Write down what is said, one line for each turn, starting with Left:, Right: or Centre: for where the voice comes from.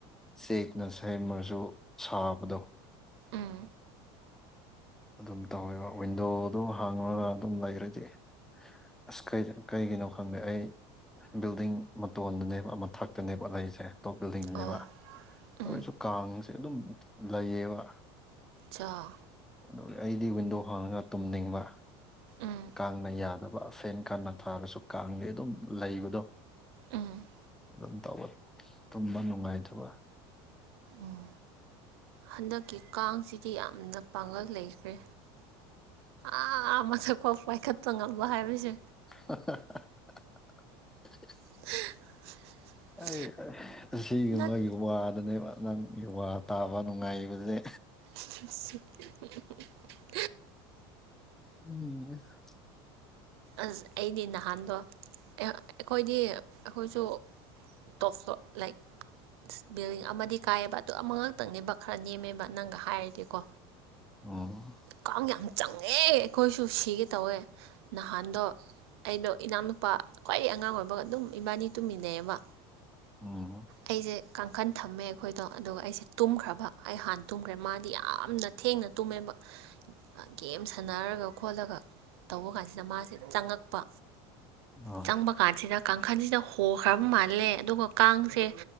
Centre: ꯆꯦꯛꯅ ꯁꯩꯃꯔꯁꯨ ꯁꯥꯕꯗꯣ
Right: ꯎꯝ
Centre: ꯑꯗꯨꯝ ꯇꯧꯋꯦꯕ ꯋꯤꯟꯗꯣꯒꯗꯨ ꯍꯥꯡꯉꯒ ꯑꯗꯨꯝ ꯂꯩꯈꯔꯗꯤ ꯑꯁ ꯀꯩꯒꯤ ꯀꯩꯒꯤꯅꯣ ꯈꯪꯗꯦ ꯑꯩ ꯕꯤꯜꯗꯤꯡ ꯃꯇꯣꯟꯗꯅꯦꯕ ꯃꯊꯛꯇꯅꯦꯕ ꯂꯩꯁꯦ ꯑꯇꯣꯞ ꯕꯤꯜꯗꯤꯡꯗꯨꯅꯦꯕ
Right: ꯑꯣ
Centre: ꯑꯗꯨ
Right: ꯎꯝ
Centre: ꯑꯣꯏꯔꯁꯨ ꯀꯥꯡꯁꯦ ꯑꯗꯨꯝ ꯂꯩꯌꯦꯕ
Right: ꯆꯥꯎ
Centre: ꯑꯗꯨꯒ ꯑꯩꯗꯤ ꯋꯤꯟꯗꯣ ꯍꯥꯡꯉꯒ ꯇꯨꯝꯅꯤꯡꯕ
Right: ꯎꯝ
Centre: ꯀꯥꯡꯅ ꯌꯥꯗꯕ ꯐꯦꯟ ꯀꯟꯅ ꯊꯥꯔꯁꯨ ꯀꯥꯡꯗꯤ ꯑꯗꯨꯝ ꯂꯩꯕꯗꯣ
Right: ꯎꯝ
Centre: ꯑꯗꯨꯝ ꯇꯧꯕ ꯇꯨꯝꯕ ꯅꯨꯡꯉꯥꯏꯇꯕ
Right: ꯎꯝ ꯍꯟꯗꯛꯀꯤ ꯀꯥꯡꯁꯤꯗꯤ ꯌꯥꯝꯅ ꯄꯥꯡꯒꯜ ꯂꯩꯈ꯭ꯔꯦ ꯑꯥ ꯃꯊꯛꯐꯥꯎ ꯄꯥꯏꯈꯠꯄ ꯉꯝꯕ ꯍꯥꯏꯕꯁꯦ
Centre: <unintelligible>
Right: <unintelligible>
Centre: ꯑꯩ ꯑꯁꯤꯒꯨꯝꯕꯒꯤ
Right: ꯅꯠ
Centre: ꯋꯥꯗꯅꯦꯕ ꯅꯪꯒꯤ ꯋꯥ ꯇꯥꯕ ꯅꯨꯡꯉꯥꯏꯔꯤꯕꯁꯦ
Right: ꯑ <unintelligible>
Centre: ꯑꯅꯤ <unintelligible>
Right: ꯑꯁ ꯑꯩꯗꯤ ꯅꯍꯥꯟꯗꯣ ꯑꯩꯈꯣꯏꯗꯤ ꯑꯩꯈꯣꯏꯁꯨ ꯇꯣꯞ <unintelligible> ꯂꯥꯏꯛ ꯕꯤꯜꯗꯤꯡ ꯑꯃꯗꯤ ꯀꯥꯏꯑꯕ ꯑꯗꯨ ꯑꯃꯉꯛꯇꯪꯅꯦꯕ ꯈꯔ ꯅꯦꯝꯃꯦꯕ ꯅꯪꯒ ꯍꯥꯏꯔꯗꯤꯀꯣ
Centre: ꯎꯝ
Right: ꯀꯥꯡ ꯌꯥꯝ ꯆꯪꯉꯦ ꯑꯩꯈꯣꯏꯁꯨ ꯁꯤꯒꯦ ꯇꯧꯋꯦ ꯅꯍꯥꯟꯗꯣ ꯑꯩꯗꯣ ꯏꯅꯥꯎꯅꯨꯄꯥ ꯈ꯭ꯋꯥꯏꯗꯒꯤ ꯑꯉꯥꯡ ꯑꯣꯏꯕꯒ ꯑꯗꯨꯝ ꯏꯕꯥꯅꯤ ꯇꯨꯝꯃꯤꯟꯅꯩꯑꯕ
Centre: ꯎꯝ
Right: ꯑꯩꯁꯦ ꯀꯥꯡꯈꯟ ꯊꯝꯃꯦ ꯑꯩꯈꯣꯏꯗꯣ ꯑꯗꯨꯒ ꯑꯩꯁꯦ ꯇꯨꯝꯈ꯭ꯔꯕ ꯑꯩ ꯍꯥꯟꯅ ꯇꯨꯝꯈ꯭ꯔꯦ ꯃꯥꯗꯤ ꯌꯥꯝꯅ ꯊꯦꯡꯅ ꯇꯨꯝꯃꯦꯕ ꯒꯦꯝ ꯁꯥꯟꯅꯔꯒ ꯈꯣꯠꯂꯒ ꯇꯧꯕ ꯀꯥꯟꯁꯤꯗ ꯃꯥꯁꯦ ꯆꯪꯉꯛꯄ
Centre: ꯑꯣ
Right: ꯆꯪꯕ ꯀꯥꯟꯁꯤꯗ ꯀꯥꯡꯈꯜꯁꯤꯗ ꯍꯣꯈ꯭ꯔꯕ ꯃꯥꯜꯂꯦ ꯑꯗꯨꯒ ꯀꯥꯡꯁꯦ